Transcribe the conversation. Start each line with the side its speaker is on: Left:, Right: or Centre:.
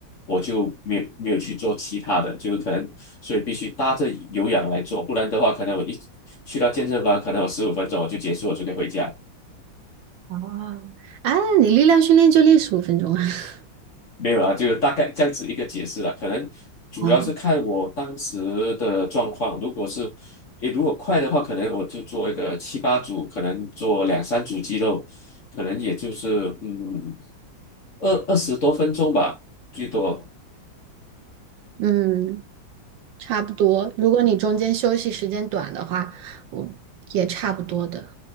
Left: 我就没有没有去做其他的，就是可能所以必须搭着有氧来做，不然的话可能我一去到健身房，可能我十五分钟我就结束，我就可以回家。
Right: 啊，啊，你力量训练就练十五分钟啊。<laughs>
Left: 没有啦，就大概这样子一个解释啦。可能主要是看我当时的状况，
Right: 啊，
Left: 如果是，你如果快的话，可能我就做一个七八组，可能做两三组肌肉，可能也就是嗯二二十多分钟吧，最多。嗯
Right: 嗯，差不多。如果你中间休息时间短的话，我也差不多的，